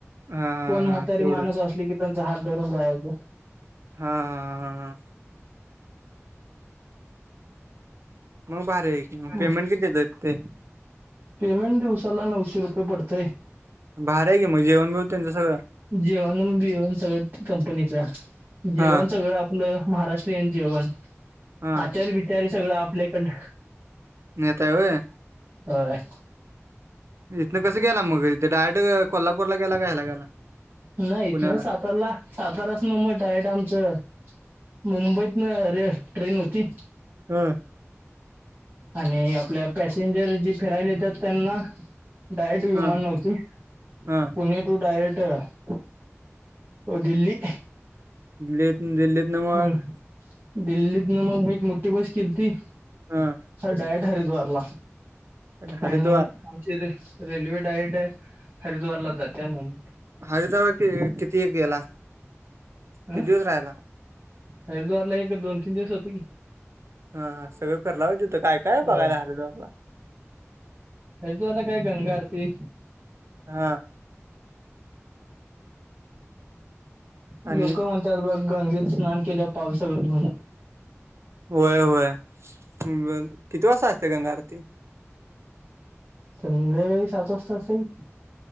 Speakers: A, on the right; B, on the right.
A: हा हा
B: कोण म्हातारी
A: हा तेवढंच
B: माणूस असली की त्यांचा हात धरून जायचं.
A: हा हा हा हां. मग भारी आहे. की मग
B: हम्म
A: पेमेंट किती देतात ते
B: पेमेंट दिवसाला नऊशे रुपये पडतय.
A: भारी आहे की मग जेवण बिवण त्यांच सगळं?
B: जेवण बिवन सगळेत कंपनीचा जेवण
A: हा
B: सगळं आ आपलं महाराष्ट्रीयन जेवण
A: हा
B: आचारी बिचारी सगळं आपल्या इकडनं.
A: नेहताय होय.
B: होय.
A: इथनं कसं गेला मग इथे डायरेक्ट कोल्हापूरला गेला का हेला गेला?
B: नाही
A: पुण्याला
B: इथनं साताराला सातारासना म डायरेक्ट आमचं मुंबईतनं रे ट्रेन होती.
A: हां.
B: आणि आपल्या पॅसेंजर जी फिरायला येतात त्यांना डायरेक्ट विमान
A: ह
B: नव्हती,
A: हा
B: पुणे टू डयरेक्ट दिल्ली.
A: लेत दिल्लीत मग
B: हम्म दिल्लीतनं मग मी एक मोठी बस केलती
A: हा.
B: चल डायरेक्ट हरिद्वारला
A: हरिद्वार
B: आणि चे रे रेल्वे डायरेक्ट आहे हरिद्वारला जाते मूम
A: हरिद्वारला की किती एक गेला किती
B: अ
A: दिवस राहायला?
B: हरिद्वारला एक दोन तीन दिवस होतो की.
A: हा हा सगळं फिरला होय तिथं काय काय
B: होय
A: बघयला हरिद्वारला.
B: हरीद्वारला काय गंगा आरती.
A: हा.
B: लोकं
A: आणि
B: म्हणत्यात बघ गंगेत स्नान केल्यावर पाप सगळं धू
A: होय होय <unintelligible> किती वाजता असते गंगाआरती?
B: संध्याकाळी सात वाजता असते की.